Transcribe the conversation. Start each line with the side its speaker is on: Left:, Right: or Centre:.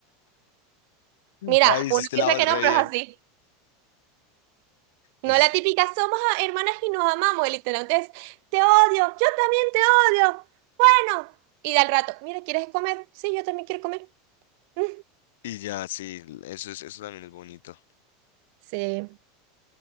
Right: Mira,
Left: Ay, hiciste
Right: uno piensa
Left: la voz
Right: que
Left: re
Right: no, pero
Left: bien.
Right: es así. No
Left: Hiciste-
Right: la típica, somos a- hermanas y nos amamos, y literalmente es, te odio, yo también te odio, bueno. Y de al rato, mira, ¿quieres comer? Sí, yo también quiero comer. Mm,
Left: Y ya, sí, eso es, eso también es bonito.
Right: Sí.